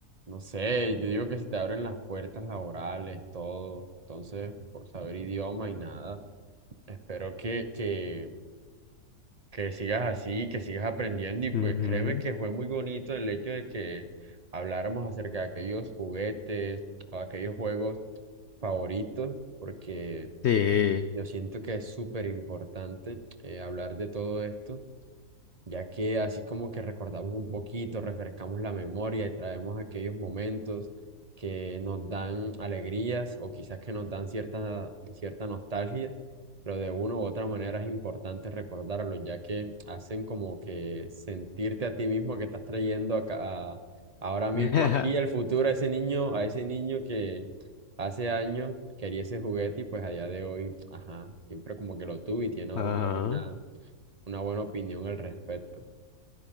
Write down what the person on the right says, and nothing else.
no sé, yo digo que se te abren las puertas laborales, todo, entonces, por saber idioma y nada, espero que, que que sigas así, que sigas aprendiendo y pues
créeme que fue muy bonito el hecho de que habláramos acerca de aquellos juguetes o aquellos juegos favoritos, porque
yo siento que es súper importante eh, hablar de todo esto ya que así como que recordamos un poquito, refrescamos la memoria y traemos aquellos momentos que nos dan alegrías o quizás que nos dan cierta, cierta nostalgia, pero de una u otra manera es importante recordarlos, ya que hacen como que sentirte a ti mismo que estás trayendo acá, a- ahora mismo
aquí al futuro a ese niño, a ese niño que hace años quería ese juguete y pues allá de hoy, ajá, siempre como que lo tuve y tiene ahora
una buena, una buena opinión al respecto.